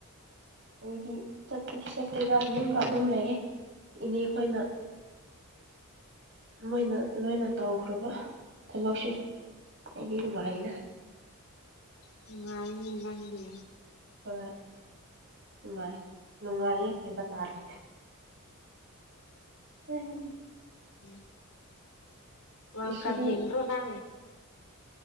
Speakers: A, on the right; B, on the left.
A: ꯑꯩꯗꯤ ꯆꯠꯄꯗꯤ ꯆꯠꯇꯦꯗ ꯌꯨꯝꯗ ꯑꯗꯨꯝ ꯂꯩꯌꯦꯦ ꯏꯅꯦ ꯑꯩꯈꯣꯏꯅ ꯃꯣꯏꯅ ꯂꯣꯏꯅ ꯇꯧꯈ꯭ꯔꯕ ꯊꯕꯛꯁꯦ ꯑꯩꯗꯤꯗꯤ ꯋꯥꯍꯤꯗ
B: ꯎ ꯏꯅꯤ ꯅꯪꯦ
A: ꯍꯣꯏ ꯅꯨꯡꯉꯥꯏ ꯅꯨꯡꯉꯥꯏꯌꯦ ꯍꯥꯏꯕ ꯇꯥꯔꯦ ꯎꯝ
B: ꯎꯝ ꯋꯥꯔꯜꯗ
A: ꯉꯁꯤꯗꯤ
B: ꯀꯞ ꯌꯦꯡꯕ꯭ꯔꯣ ꯅꯪ